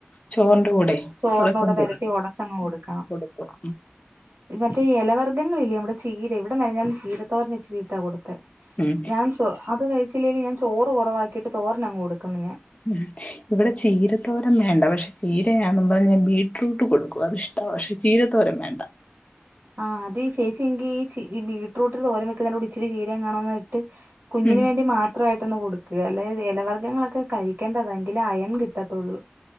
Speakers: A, on the left (about 35°); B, on the right (about 50°).
A: ചോർന്റെ കൂടെയ്
B: ചോറിനൂടെ
A: ഒടച്ചങ്ങ്
B: പെരട്ടി
A: കൊടുക്കും
B: ഒടച്ചങ്ങ് കൊടുക്കണം
A: കൊടുക്കും
B: മറ്റേ എലവർഗ്ങ്ങളില്ലേ നമ്മടെ ചീരെ ഇവിടെ മെനാഞ്ഞാന്ന് ചീരത്തോരന് ഇച്ചിരിട്ടാ കൊടുത്തെ
A: ഉം
B: ഞാൻ ചോ അത് കഴിച്ചില്ലേല് ഞാൻ ചോറ് കൊറവാക്കിട്ട് തോരനങ്ങ് കൊട്ക്ക്ന്ന് ഞാൻ
A: ഉം.. ഇവിടെ ചീരത്തോരം വേണ്ട പക്ഷെ ചീരയാന്നും പറഞ്ഞ് ഞാൻ ബീറ്റ്റൂട്ട് കൊടുക്കും അതിഷ് ടാ പക്ഷെ ചീരത്തോരൻ വേണ്ട
B: ആഹ് അത് ചേച്ചി എങ്കി ഈ ബീറ്റ്റൂട്ട് തോരൻ വെക്കുന്നെന്റെ കൂടെ ഇച്ചിരി ചീരയെങ്ങാണ് അങ്ങട് ഇട്ട് കുഞ്ഞിന്
A: ഉം
B: വേണ്ടി മാ- ത്രായിട്ടൊന്ന് ഒട്ക്കാ. അല്ലായേ ന് എലവർഗങ്ങളൊക്കെ കഴിക്കേണ്ടതാ. എങ്കിലെ അയേൻ കിട്ടത്തൊള്ളൂ.